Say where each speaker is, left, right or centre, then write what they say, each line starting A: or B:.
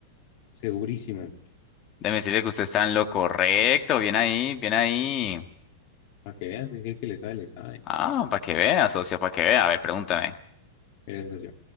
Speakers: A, on the left; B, on the left.
A: segurísimo.
B: Déjeme decirle que usted está en lo correcto. Bien ahí, bien ahí.
A: Para que veas, Es si el que le sabe, le sabe.
B: Ah, para que vea, socio, para que vea. A ver, pregúntame.
A: Mire, socio.